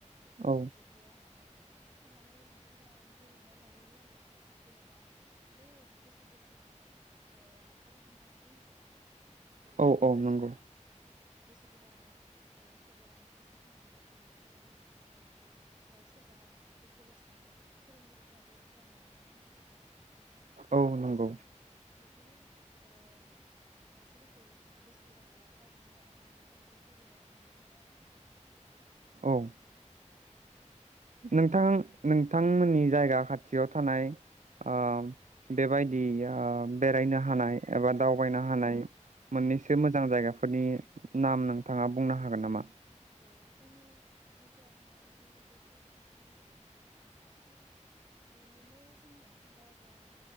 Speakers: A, on the right; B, on the right.
A: औ
B: ओ बिदियाव माने थांनानै मानसिफोरा गोजोननाय लायैयो आरो जेनेबा बे बो सोर गोदानाव ओ लावखार ओंखाम जानायदि होनो नोंथां।
A: औ औ नंगौ
B: बोसोर गोदानाव ओ सोरबा न'खरनि फेमिलिफोरजों सोरबा लोगोफोरजों ओ सोरबा स्कुल कलेजनि फोरोंगिरिफोराथ' बेरायनो लाङो नङा होनबा नोंथां
A: औ नंगौ
B: औ। बिब्दिनो ओ मानसिफोरखौ बोसोर गोदानाव लांफा ओंखाम जानो थांनाय बेफोर जायगायाव नुनो मोनो आरो नोंथां
A: औ
B: उम
A: नोंथां नोंथांमोननि जायगा खाथियाव थानाय ओ बेबायदि ओ बेरायनो हानाय एबा दावबायनो
B: औ
A: हानाय मोननैसो
B: औ
A: मोजां जायगा फोरनि नाम नोंथाङा बुंनो हागोन नामा?
B: औ जोंनि ओनसोलाव थानाय जोंनिथ' बिदि खाथि खाथि माने बेनो जोंनिया दारागाव